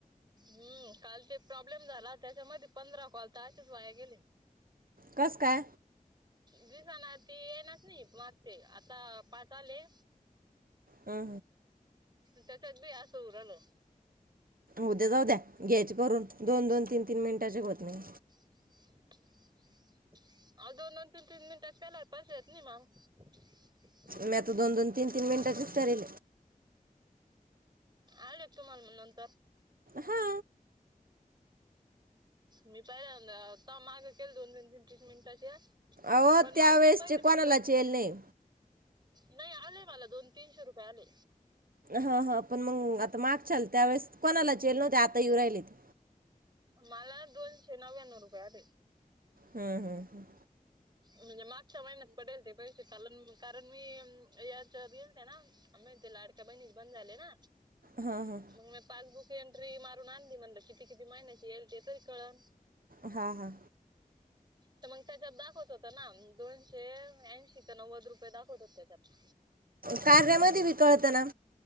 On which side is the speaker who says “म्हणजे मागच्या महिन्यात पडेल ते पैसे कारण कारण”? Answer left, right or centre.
Right